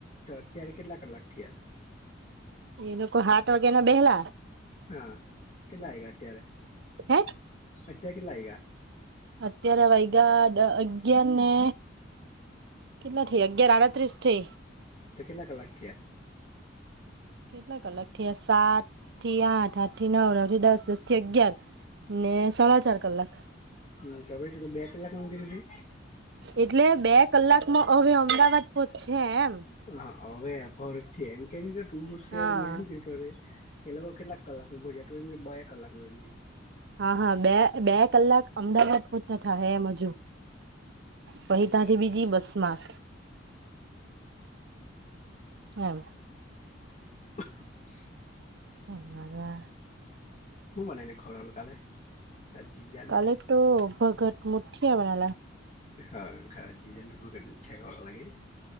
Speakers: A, on the left (about 35°); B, on the right (about 65°).
A: તો અત્યારે કેટલા કલાક થીયા?
B: એ લોકો હાત વાગે ના બેહેલા.
A: હા, કેટલા આઈગા અત્યારે.
B: હે
A: અત્યારે કેટલા આઈગા?
B: અત્યારે વૈગા દ અગયાર ને કેટલા થયા અગિયાર આડત્રીસ થે.
A: તે કેલાક થિયા?
B: કેટલા અલગ થયા સાત થી આઠ આઠ થી નવ નવ થી દસ દસ થી અગિયાર. ને સાડા ચાર કલાક.
A: હ તો ભય ત બે કલાક કરી?
B: એટલે બે કલાકમાં હવે અમદાવાદ પહોશે એમ.
A: હા હવે ભરજથી એમ કે તુંયારી
B: હા
A: મે. ને, એ લોકો કેટલાક કલાક ભજેમ બે કલાક માંગી.
B: હા હા બે બે કલાક અમદાવાદ પહતા થા હેમ હજુ. પછ
A: બરાબર
B: ત્યાથી બીજી
A: છે
B: બસ માં. એમ.
A: <unintelligible>
B: હ.
A: હું બનાનેને ખરા હ કલે તાર જીત જા ને?
B: કાલે તો ભગત મુઠ્ઠી હ મનાલા.
A: હા ખરા જીજ ભ મીઠ્યા કરવા લાગે.